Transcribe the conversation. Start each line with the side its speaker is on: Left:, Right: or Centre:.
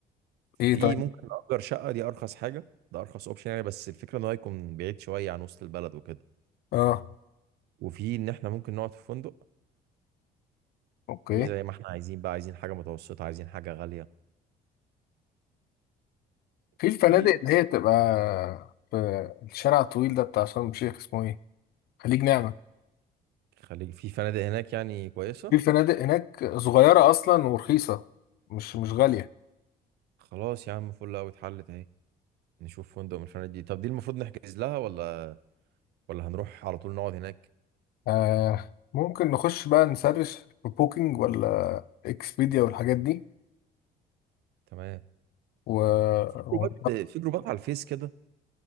Left: ايه
Right: في
Left: طيب
Right: ممكن نأجر شقة دي ارخص حاجة ده ارخص اوبشن يعني بس الفكرة ان هو يكون بعيد شوية عن وسط البلد وكده
Left: اه
Right: وفي ان احنا ممكن نقعد في فندق
Left: اوكي
Right: دي زي ما احنا عايزين بقى عايزين حاجة متوسطة عايزين حاجة غالية
Left: في الفنادق
Right: في
Left: اللي هي بتبقى في الشارع الطويل ده بتاع شرم الشيخ اسمه ايه خليج نعمة
Right: خليج في فنادق هناك يعني كويسة
Left: في فنادق هناك صغيرة اصلا ورخيصة مش مش غالية
Right: خلاص يا عم فل قوي اتحلت اهي نشوف فندق من الفنادق دي طب دي المفروض نحجز لها ولا ولا هنروح على طول نقعد هناك
Left: آه ممكن نخش بقى نسرش في بوكينج ولا اكسبيديا والحاجات دي
Right: تمام
Left: و...
Right: في
Left: و...
Right: جروبات في جروبات على الفيس كده